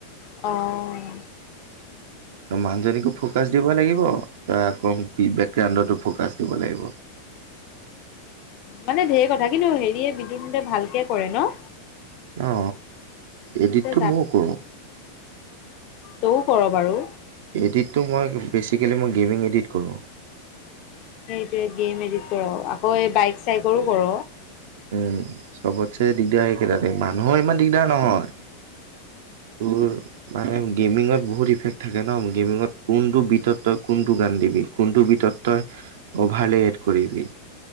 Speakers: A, on the left; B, on the right.
A: অহ,
B: ত' মানুহজনীকো ফকাচ দিব লাগিব, ত' আকৌ বেকগ্ৰাউণ্ডতো ফকাচ দিব লাগিব।
A: মানে ধেই কথা কিন্তু হেৰিয়ে বিদ্যুৎ হতে ভালকে কৰে ন?
B: অ,
A: সিহঁতে
B: এডিটটো ময়ো কৰোঁ।
A: তয়ো কৰ বাৰু?
B: এডিটটো মই বেচিকেলি মই গেমিং এডিট কৰোঁ।
A: সেইটোয়ে গেম এডিত কৰ আকৌ এই বাইক চাইকৰো কৰ।
B: উম, চবতছে দিগদাৰ সেইকেইটা, মানুহৰ ইমান দিগদাৰ নহয়। তোৰ মানে গে'মিঙত বহুত ইফেক্ট থাকে ন' গেমিঙত কোনটো বিটত তই কোনটো গান দিবি। কোনটো বিতত অভাৰ লিএড কৰিবি,